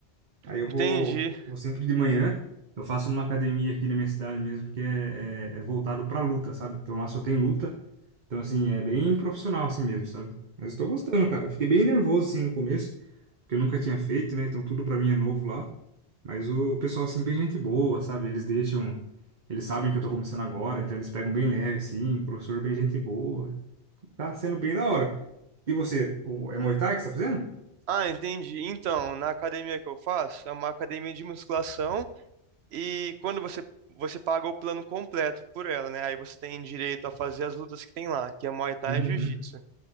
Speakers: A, on the right; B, on the right.
A: Aí eu
B: Entendi.
A: vou, vou sempre de manhã. Eu faço numa academia aqui na minha cidade mesmo, que é, é, é voltado pra luta, sabe? Então lá só tem luta. Então, assim, é bem profissional assim mesmo, sabe? Mas eu tô gostando, cara. Eu Fiquei bem nervoso, assim, no começo porque eu nunca tinha feito, né? Então tudo pra mim é novo lá. Mas o pessoal, assim, bem gente boa, sabe? Eles deixam. Eles sabem que eu tô começando agora, então eles pegam bem leve, assim. Professor, bem gente boa. Tá sendo bem da hora. E você, o- é Muay Thai que você tá fazendo?
B: Ah, entendi. Então, na academia que eu faço, é uma academia de musculação E quando você, você paga o plano completo por ela, né? Aí você tem direito a fazer as lutas que tem lá, que é Muay Thai
A: Uhum,
B: e Jiu-Jitsu.